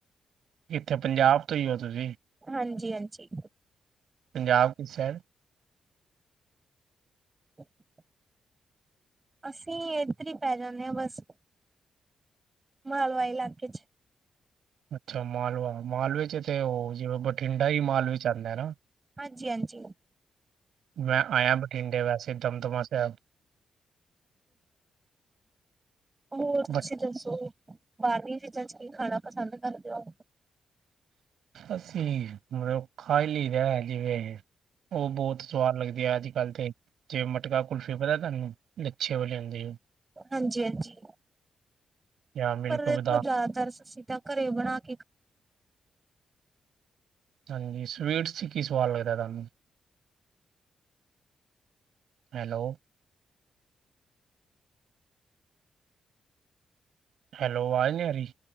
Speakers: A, on the right; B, on the right.
A: ਕਿਥੇ ਪੰਜਾਬ ਤੋਂ ਈ ਓ ਤੁਸੀਂ?
B: ਹਾਂਜੀ-ਹਾਂਜੀ
A: ਪੰਜਾਬ ਕਿਸ ਸਾਈਡ?
B: <unintelligible> ਅਸੀਂ ਏਧਰ ਈ ਪੈ ਜਾਂਨੇ ਆ ਬਸ ਮਾਲਵਾ ਇਲਾਕੇ ਚ।
A: ਅੱਛਾ ਮਾਲਵਾ ਮਾਲਵੇ ਚ ਤੇ ਉਹ ਜਿਵੇ ਬਠਿੰਡਾ ਈ ਮਾਲਵੇ ਚ ਆਂਦਾ ਹੈ ਨਾ।
B: ਹਾਂਜੀ-ਹਾਂਜੀ।
A: ਮੈਂ ਆਇਆ ਬਠਿੰਡੇ ਵੈਸੇ ਦਮਦਮਾ ਸਾਹਿਬ।
B: ਹੋਰ ਤੁਸੀਂ
A: ਬਟ
B: ਦੱਸੋ? ਬਾਰਲੀਆਂ ਚੀਜ਼ਾਂ ਚ ਕੀ ਖਾਣਾ ਪਸੰਦ ਕਰਦੇ ਓ?
A: ਅਸੀਂ ਮਤਲਬ ਖਾ ਈ ਲਈ ਦਾ ਜਿਵੇਂ ਓ ਬਹੁਤ। ਸਵਾਦ ਲੱਗਦੀ ਐ ਅੱਜ ਕੱਲ ਤੇ ਜਿਵੇਂ ਮਟਕਾ ਕੁਲਫੀ ਪਤਾ ਤੁਹਾਨੂੰ ਲੱਛੇ ਵਾਲੀ ਹੁੰਦੀ ਐ।
B: ਹਾਂਜੀ-ਹਾਂਜੀ।
A: ਜਾਂ ਮਿਲਕ
B: ਪਰ ਦੇਖੋ
A: ਬਦਾਮ
B: ਜਿਆਦਾਤਰ ਅਸੀਂ ਤਾਂ ਘਰੇ ਬਣਾ ਕੇ ਖਾਨੇ ਆ।
A: ਹਾਂਜੀ, ਸਵੀਟਸ 'ਚ ਕੀ ਸਵਾਦ ਲੱਗਦਾ ਤੁਹਾਨੂੰ? ਹੈਲੋ। ਹੈਲੋ ਆਵਾਜ਼ ਨਹੀ ਆ ਰਹੀ।